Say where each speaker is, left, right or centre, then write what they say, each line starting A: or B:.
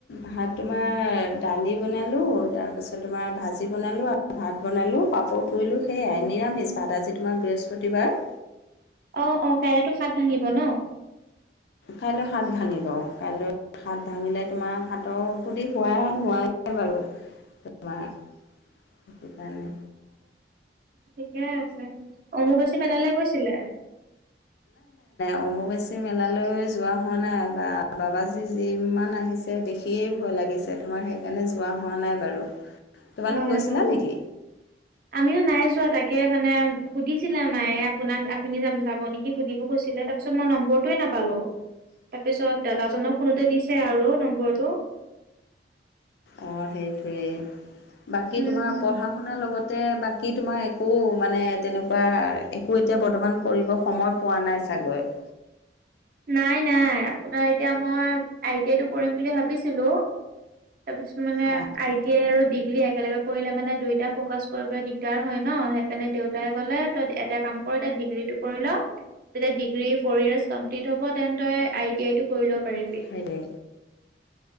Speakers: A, on the left; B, on the right.
A: ভাত তোমাৰ দালি বনালোঁ, তাৰপাছত তোমাৰ ভাজি বনালোঁ আৰু ভাত বনালোঁ পাপৰ পুৰিলোঁ সেয়াই নিৰামিষ ভাত, আজি তোমাৰ বৃহস্পতিবাৰ।
B: অ', অ', কাইলৈ টো সাঁথ ভাঙিব ন'।
A: কাইলৈ সাঁথ ভাঙিব কাইলৈ সাঁথ ভাঙিলে তোমাৰ সাঁথৰ সুধি হোৱা হোৱাই বাৰু তোমাৰ সেইটোকাৰণে
B: ঠিকেই আছে, অম্বুবাচী মেলালৈ গৈছিলে?
A: অম্বুবাচি মেলালৈ যোৱা হোৱা নাই, বা বাবাজি যিমান আহিছে দেখিয়েই ভয় লাগিছে তোমাৰ, সেইকাৰণে যোৱা হোৱা নাই বাৰু। তোমালোক
B: হয়
A: গৈছিলা
B: হয়
A: নেকি
B: আমিও নাই যোৱা, তাকে মানে সুধিছিলে মায়ে আপোনাক আপুনি যাব নেকি সুধিব কৈছিলে তাৰ পিছত মই নম্বৰটোয়ে নাপালো।
A: উ <unintelligible>
B: তাৰপিছত দাদাজক ফোনতে দিছে আৰু নম্বৰটো
A: অ', সেইটয়েই বাকী
B: উম
A: তোমাৰ পঢ়া শুনাৰ লগতে বাকী তোমাৰ একো মানে তেনেকুৱা একো এতিয়া বৰ্তমান কৰিব সময় পোৱা নাই চাগৈ <inaudible>
B: নাই নাই আপোনাৰ এতিয়া মই আই টি আইটো কৰিম বুলি ভাবিছিলো তাৰ পিছত মানে
A: অ
B: আই টি আই আৰু দ একেলগে কৰিলে মানে দুইটা ফকাচ কৰিবলৈ দিগদাৰ হয় ন', সেইকাৰণে দেউতাই ক'লে তই এটা কাম ডিগ্ৰীটো কৰি ল', তেতিয়া ডিগ্ৰী ফ'ৰ ইয়েৰ হ'ব তেন তই আই টি আই টো কৰি ল'ব পাৰিবি।
A: সেইটোৱে